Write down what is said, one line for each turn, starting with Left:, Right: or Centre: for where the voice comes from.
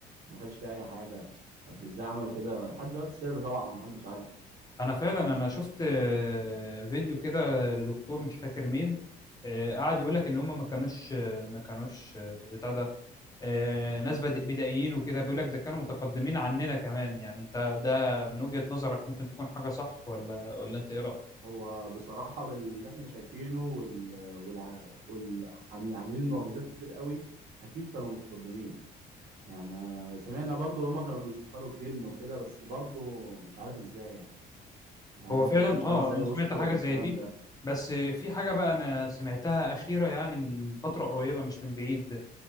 Right: ما كانش فيه اي حاجه طب ازاي عملوا كده لحد دلوقتي سر طبعا ما حدش عارف
Left: انا فعلا انا شفت آه، فيديو كده لدكتور مش فاكر مين آه، قعد يقول لك ان هم ما كانوش آه، ما كانوش آه، بتاع ده آه، ناس بدأ- بدائيين وكده بيقول لك ده كانوا متقدمين عننا كمان يعني انت ده من وجهة نظرك ممكن تكون حاجه صح ولا ولا انت ايه رأيك؟
Right: هو بصراحه باللي احنا شايفينه وال... والع... والعاملين معجزات كتير قوي اكيد كانوا متقدمين يعني سمعنا برضو ان هم كانوا بيسخروا الجن وكده بس برضو مش عارف ازاي يعني يعني
Left: هو
Right: انا
Left: فعلا
Right: برضو مش
Left: اه
Right: عارف ازاي
Left: انا
Right: وصلوا
Left: سمعت حاجه
Right: للكلام
Left: زي دي
Right: ده
Left: بس في حاجه بقى انا سمعتها اخيره يعني من فتره قريبه مش من بعيد